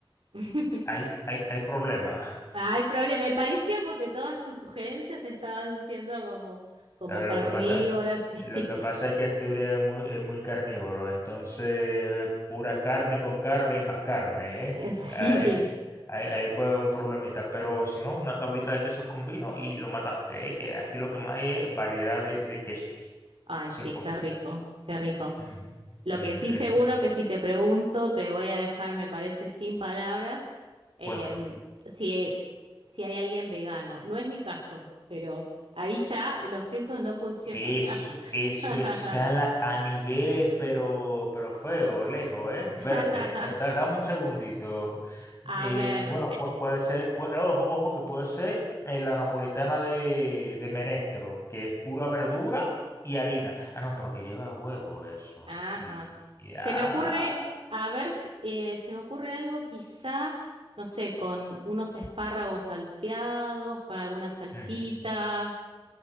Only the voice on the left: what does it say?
Hay, hay, hay problema.
Lo, lo
que pasa,
lo que pasa
es que Asturias es muy, es muy carnívoro, entonces pura carne con carne y más carne, ¿eh?
<laughs> Ahí, ahí, ahí puede haber un problemita, pero si no, una tablita de quesos con vino y lo mataste, ¿eh? Que aquí lo que más hay es variedad de, de quesos,
100%.
Ujú,
ujú,
ujú.
Cuéntame.
Eso, eso
escala a niveles, pero, pero feo, lejos, ¿eh? Espérate,
da- da- dame un segundito.
Eh,
bueno,
pu- puede ser, pu- ojo, ojo que puede ser eh, la napolitana de, de Menestro, que es pura verdura y harina. Ah, no, pero que lleva huevo eso.
Y ya.
Ujú.